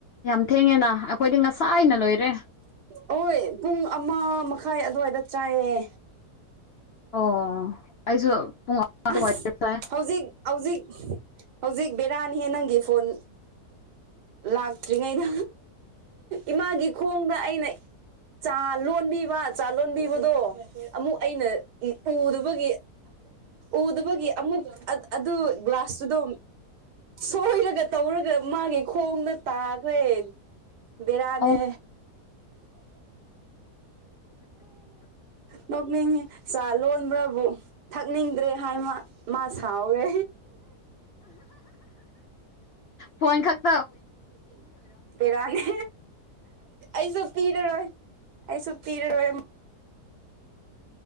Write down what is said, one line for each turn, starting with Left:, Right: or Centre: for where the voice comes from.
Left: ꯌꯥꯝ ꯊꯦꯡꯉꯦꯅ ꯑꯩꯈꯣꯏꯗꯤ ꯉꯁꯥ ꯑꯅ ꯂꯣꯏꯔꯦ
Right: ꯍꯣꯏ ꯄꯨꯡ ꯑꯃ ꯃꯈꯥꯏ ꯑꯗꯨꯋꯥꯏꯗ ꯆꯥꯏꯌꯦ
Left: ꯑꯣ ꯑꯩꯁꯨ ꯄꯨꯡ ꯑꯃ ꯑꯗꯨꯋꯥꯏꯗ
Right: ꯑ
Left: ꯆꯥꯏ
Right: ꯍꯧꯖꯤꯛ ꯍꯧꯖꯤꯛ ꯍꯧꯖꯤꯛ ꯕꯦꯔꯥꯅꯤꯍꯦ ꯅꯪꯒꯤ ꯐꯣꯟ ꯂꯥꯛꯇ꯭ꯔꯤꯉꯩꯗ ꯏꯃꯥꯒꯤ ꯈꯣꯡꯗ ꯑꯩꯅ ꯆꯥ ꯂꯣꯟꯕꯤꯕ ꯆꯥ ꯂꯣꯟꯕꯤꯕꯗꯣ ꯑꯃꯨꯛ ꯑꯩꯅ ꯎꯗꯕꯒꯤ ꯎꯗ ꯨ ꯑꯗꯨ ꯒ꯭ꯂꯥꯁꯇꯨꯗꯣ ꯁꯣꯏꯔꯒ ꯇꯧꯔꯒ ꯃꯥꯒꯤ ꯈꯣꯡꯗ ꯇꯥꯈ꯭ꯔꯦ ꯕꯦꯔꯥꯅꯦ
Left: ꯑꯣ
Right: ꯅꯣꯛꯅꯤꯡꯉꯤ ꯆꯥ ꯂꯣꯟꯕ꯭ꯔꯕꯨꯛ ꯅꯤꯡꯗ꯭ꯔꯦ ꯍꯥꯏ ꯃꯥ ꯃꯥ ꯁꯥꯎꯋꯦ
Left: ꯐꯣꯟ ꯈꯛ
Right: ꯕꯤꯔꯅꯤ ꯑꯩꯁꯨ ꯄꯤꯔꯔꯣꯏ ꯑꯩꯁꯨ ꯄꯤꯔꯔꯣꯏ